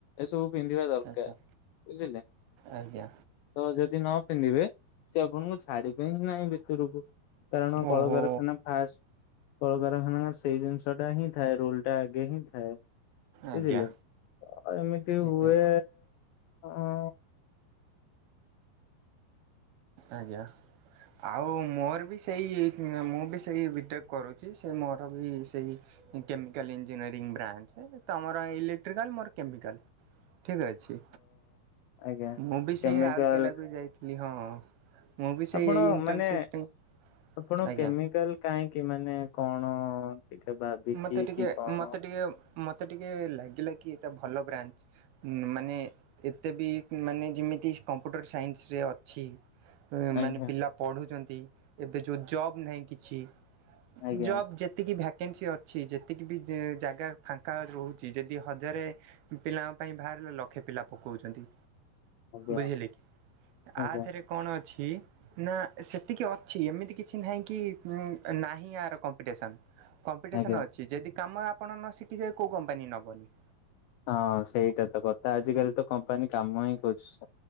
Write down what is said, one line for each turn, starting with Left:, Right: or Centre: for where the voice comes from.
Left: ଏସବୁ ପିନ୍ଧିବା ଦରକାର
Right: ଆଜ୍ଞା।
Left: ବୁଝିଲେ।
Right: ଆଜ୍ଞା
Left: ତ ଯଦି ନ ପିନ୍ଧିବେ ସେ ଆପଣଙ୍କୁ ଛାଡିବେ ହିଁ ନାହିଁ ଭିତରକୁ। କାରଣ କଳକାରଖାନା
Right: ଓହୋ
Left: ଫାଷ୍ଟ କଳକାରଖାନା ସେଇ ଜିନିଷଟା ହିଁ ଥାଏ ରୋଲ ଟା ଆଗେ ହିଁ ଥାଏ
Right: ଆଜ୍ଞା।
Left: ବୁଝିଲେ। ଏମିତି
Right: ଆଜ୍ଞା।
Left: ହୁଏ ହଁ
Right: ଆଜ୍ଞା। ଆଉ ମୋର ବି ସେଇ ମୁଁ ବି ସେଇ ବିଟେକ୍ କରୁଛି ସେ ମୋର ବି ସେଇ କେମିକାଲ ଇଞ୍ଜିନିୟରିଂ ବ୍ରାଞ୍ଚ ତମର ଇଲେକ୍ଟ୍ରିକାଲ ମୋର କେମିକାଲ। ଠିକ ଅଛି
Left: ଆଜ୍ଞା।
Right: ମୁଁ ବି
Left: କେମିକାଲ
Right: ସେଇ ରାହୁଲକେଲାକୁ ବି ଯାଇଥିଲି ହଁ। ମୁଁ ବି ସେଇ
Left: ଆପଣ
Right: ଏଇ ଇଣ୍ଟର୍ନସିପ୍
Left: ମାନେ
Right: ପାଇଁ
Left: ଆପଣ
Right: ଆଜ୍ଞା।
Left: କେମିକାଲ କାହିଁକି ମାନେ କଣ ଟିକେ ଭାବିକି
Right: ମତେ ଟିକେ
Left: କି କଣ
Right: ମତେ ଟିକେ ମତେ ଟିକେ ଲାଗିଲା କି ଏଟା ଭଲ ବ୍ରାଞ୍ଚ। ମାନେ ଏତେ ବି ମାନେ ଯେମିତି କମ୍ପ୍ୟୁଟର ସାଇନ୍ସରେ ଅଛି ମାନେ
Left: ଆଜ୍ଞା
Right: ପିଲା ପଢୁଛନ୍ତି, ଏବେ ଯୋଉ ଜବ ନାହିଁ କିଛି।
Left: ଆଜ୍ଞା
Right: ଜବ୍ ଯେତିକି ଭ୍ୟାକ୍ ଭେକେନ୍ସି ଅଛି। ଯେତିକି ବି ଜାଗା ଫାଙ୍କା ରହୁଛି, ଯଦି ହଜାରେ ପିଲାଙ୍କ ପାଇଁ ବାହାରିଲେ, ଲକ୍ଷେ ପିଲା ପକଉଚନ୍ତି।
Left: ଆଜ୍ଞା
Right: ବୁଝିଲେ କି,
Left: ଆଜ୍ଞା।
Right: ଆଥେରେ କଣ ଅଛି ନା ସେତିକି ଅଛି, ଏମିତି କିଛି ନାହିଁ କି ନାହିଁ ଆର କମ୍ପିଟେସନ। କମ୍ପିଟେସନ
Left: ଆଜ୍ଞା
Right: ଅଛି, ଯଦି କାମ ଆପଣ ନ ଶିଖି <unintelligible> କୋଉ କମ୍ପାନୀ ନବନି।
Left: ହଁ ସେଇଟା ତ କଥା, ଆଜିିକାଲି ତ କମ୍ପାନୀ କାମ ହିଁ କରୁଛି।